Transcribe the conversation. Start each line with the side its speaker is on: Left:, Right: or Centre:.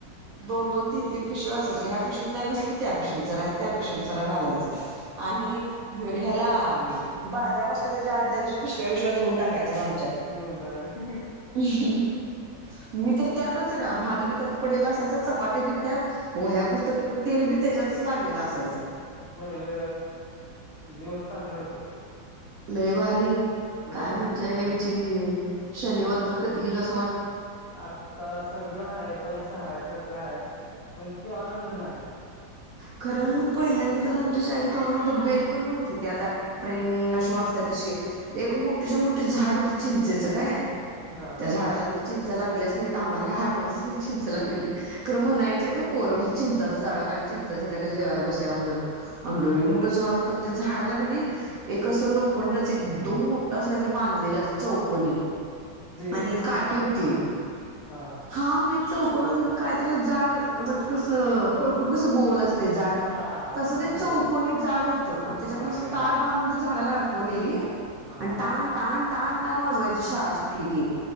Right: दोन -दोन तीन -तीन पिशव्या असायच्या ह्या पिशवीत नाही बसली क त्या पिशवीत जरा त्या पिशवीत जरा घालायचं आणि ह्याला बाजार तर त्याच्या आदल्या दिवशी पिशव्या -बिशव्या धूवून टाकायच्या असायच्यात आमच्यात
Left: देऊन टाक
Right: <inaudible> मी तर त्यातच सगळा भात-बित त्यात पडलेल असायच चपात्या बी त्यात वह्या पुस्तक तेल
Left: <inaudible>
Right: बी त्याच्यातच लागलेलं असायचं
Left: पहिले दिवस चांगले होते
Right: लय भारी
Left: लय
Right: काय
Left: भारी
Right: मज्जा
Left: दिवस होते
Right: यायची
Left: पहिले
Right: शनिवार तर कधी येल अस
Left: आता सगळं आहे पैसा हाय सगळ सगळं आहे पण त्यो आनंद नाही
Right: खरं पहिल्यांदा तर आमच्या शाळेत तुम्हाला सांगतो बेल पण नव्हती ती आता ट्रिंंग.. अशी वाजत्या तशी एक मोठीच्या- मोठीे झाड होती चिं चिंचेच काय
Left: हा
Right: त्या झाडाला कधी चिंचा लागल्याच नाहीत आम्हाला काय आठवतच नाही चिं चिंच लागलेली खरं म्हणायचीत हं पोर चिंचाच्या झाडाखाली- चिंचेच्या झाडाखाली जेवाय बसूया म्हणून आणि लय मोठ्ठं झाड होत त्या झाडाला का नाही एक अस लोक लोखंडाच एकदम मोठा असं काहीतरी बांधलेलं असं चौकोनी
Left: ते
Right: आणि
Left: खांब
Right: काटी
Left: असतात
Right: होती
Left: खांब हा
Right: हाम मा चौकण -काय तेला जाड आता -कसं पळपुट कसं गो असते जाड
Left: हा
Right: तसं
Left: तसा
Right: ते चौकोनी
Left: चौकणी
Right: झाड होतं त्याला
Left: होय
Right: असं तार
Left: हा हा
Right: बांधून झाडाला अडकवून कोलेली
Left: हा
Right: <unintelligible> आणि टाण -टाण- टाण- टाण वाजवायची शाळा सुटली की